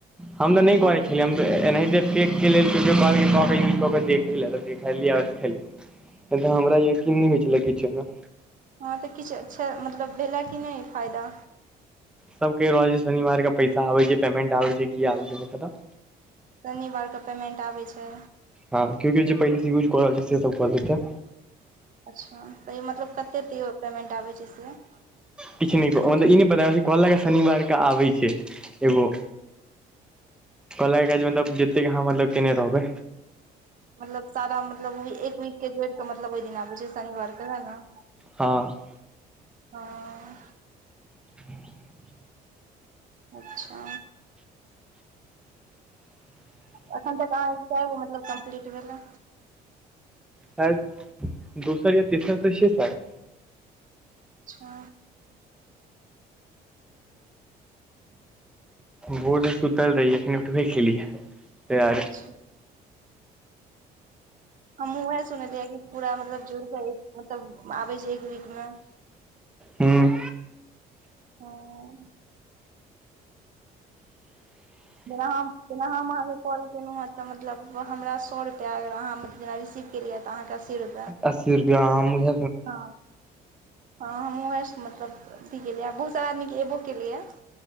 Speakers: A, in the centre; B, on the right.
A: हम तऽ नहि
B: दू
A: करै छे लियै हम एनाहिते फेक के लेल यूज कऽ के देखैले तऽ देखलियै आओर सिखलियै नहि तऽ हमरा यकीन नहि होइ छलै किछो मे
B: हँ तऽ किछु अच्छा मतलब भेलै कि नहि फायदा
A: सब कहि रहल छै शनिवार के पैसा आबै छै पेमेंट आबै छै की आबै छै नहि पता
B: शनिवारके पेमेन्ट आबै छै
A: हँ क्यो क्यो जे पहिले से यूज कऽ रहल छैथ से सब कहलैथ अ
B: अच्छा तऽ ई मतलब कतेक तैयो पेमेंट आबैत छै से
A: किछु नहि मतलब ई नहि पता कहलक ये शनिवार के आबै छै एगो कहलक ये जे मतलब जतेक अहाँ मतलब केने रहबै
B: मतलब सारा मतलब एक वीक के जोड़ि क मतलब ओहि दिन आबै छै शनिवारके है ने
A: हँ
B: हँ
A: <inaudible>
B: अच्छा एखन तक अहाँके कैगो मतलब कम्प्लीट भेले
A: साइद दोसर या तेसर तऽ छैे साइद
B: छा <inaudible>
A: भोर स सुतल रहि अखने उठबै खेलियै तैयार
B: अच्छा हमहु उएह सुनलियै कि पूरा मतलब जोड़ कऽ मतलब आबै छैय एक वीक मे
A: हूं
B: ह जेना हम जेना हम अहाँके कॉल केलहुँ हेँ तऽ मतलब हमरा सए रुपैआ अगर अहाँ जेना रिसीव केलियेय तऽ आँहां के अस्सि रुप
A: अस्सी रुपया हम उहे
B: हँ ह हमहु उहे से मतलब अथी केलियै बहुत सारा आदमीे एबो केलिय य।